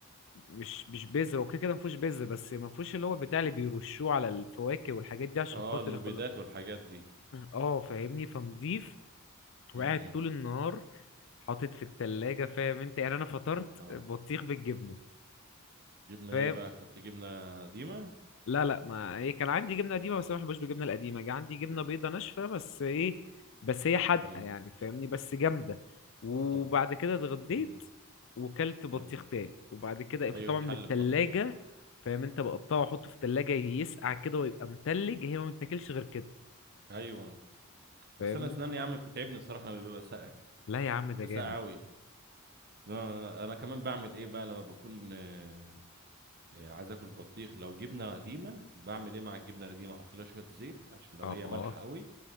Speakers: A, on the left; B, on the right.
A: مش مش بذر اوكي كده ما فيهوش بذر بس ما فيهوش اللي هو بتاع اللي بيرشوه على الفواكه والحاجات دي عشان
B: اه
A: خاطر
B: المبيدات
A: يخلق
B: والحاجات دي
A: اه فاهمني فنضيف وقاعد
B: امم
A: طول النهار حاطط في التلاجة فاهم انت يعني انا فطرت
B: اه
A: بطيخ بالجبنة
B: جبنه
A: فاهم
B: ايه بقى اكلت جبنه قديمه
A: لا لا ما ايه كان عندي جبنة قديمة بس انا ما بحبش بالجبنة القديمة جه عندي جبنة بيضة ناشفة بس ايه بس هي حادقة
B: اه
A: يعني فاهمني بس جامدة وبعد
B: طب
A: كده اتغديت
B: امم
A: وكلت بطيخ
B: حلو
A: تاني وبعد كده طبعا
B: ايوه اتحل
A: من التلاجة
B: ببطيخ
A: فاهم انت بقطعه واحطه في التلاجة يسقع كده ويبقى متلج هي ما بتاكلش غير كده
B: ايوه بس
A: فاهمني
B: انا اسناني يا عم بتتعبني الصراحه لما بيبقى ساقع
A: لا يا عم ده
B: بيبقى
A: جامد
B: ساقع قوي انا أنا كمان بعمل ايه بقى لما بكون آه، آه، عايز اكل بطيخ لو جبنه قديمه بعمل ايه مع الجبنه القديمه احط لها شويه زيت عشان لو
A: اه
B: هي
A: اه
B: مالحه قوي